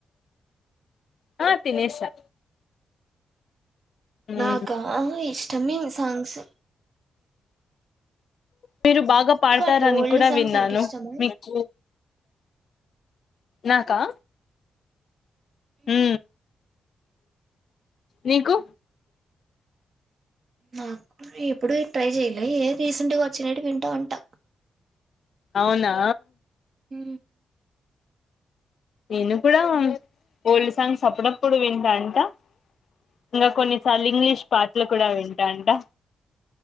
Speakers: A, on the left (about 55°); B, on the right (about 50°).
A: ఆ తినేసా
B: నాకా
A: మ్మ్
B: ఇష్టమే సాంగ్స్
A: మీరు బాగా పాడతారని
B: నీకు అట్లా ఓల్డ్
A: కూడా
B: సాంగ్స్
A: విన్నాను
B: అంటే ఇష్టమా
A: మీకు నాకా
B: మ్మ్.
A: ఉ నీకు
B: నాకు ఇప్పుడు ట్రై చెయ్యలే ఏ రీసెంట్ గా వచ్చినట్ వింటా అంటే
A: అవునా
B: ఉ
A: నేను కూడా ఓల్డ్ సాంగ్స్ అప్పుడప్పుడు వింటా ఉంటా ఇంకా కొన్నిసార్లు ఇంగ్లీష్ పాటలు కూడా వింటా ఉంటా